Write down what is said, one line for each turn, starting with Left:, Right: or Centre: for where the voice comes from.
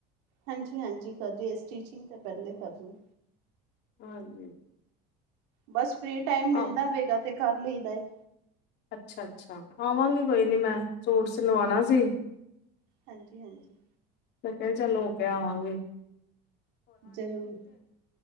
Right: ਹਾਂਜੀ-ਹਾਂਜੀ, ਕਰਦੀ ਏ। ਸਟੀਚਿੰਗ ਤਾਂ ਪਹਿਲੇ ਕਰਦੀ।
Left: ਹਾਂਜੀ।
Right: ਬਸ ਫ੍ਰੀ ਟਾਈਮ ਮਿਲਦਾ
Left: ਆਹ
Right: ਵੇਗਾ, ਤੇ ਕਰ ਲਈ ਦਾ ਏ।
Left: ਅੱਛਾ-ਅੱਛਾ, ਆਵਾਂਗੀ ਕੋਈ
Right: ਹੂੰ
Left: ਨੀ ਮੈਂ, ਸੂਟ ਸਿਲਵਾਣਾ ਸੀ
Right: ਹਾਂਜੀ-ਹਾਂਜੀ।
Left: ਮੈ ਕਿਹਾ ਚੱਲ ਹੋ ਕੇ ਆਵਾਂਗੇ।
Right: ਜ਼ਰੂਰ